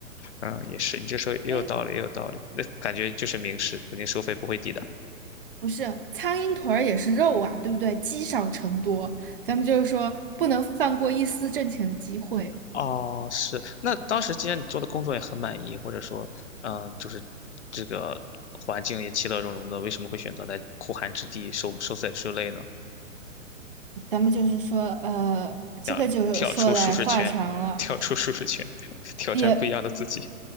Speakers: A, on the left; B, on the right.
A: 啊，也是，你这说也有道理，
B: 嗯，
A: 也有道理，那感觉就是明示，肯定收费不会低的。
B: 不是，苍蝇腿儿也是肉啊，对不对？积少成多，咱们就是说，不能放过一丝挣钱的机会。
A: 哦，是。那当时既然你做的工作也很满意，或者说，嗯、就是这个环境也其乐融融的，为什么会选择来苦寒之地受受罪受累呢？
B: 咱们就是说，呃，这个就说来话长了。
A: 想跳出舒适圈，跳出舒适圈，<laughs> 挑战不一样的自己，
B: 也。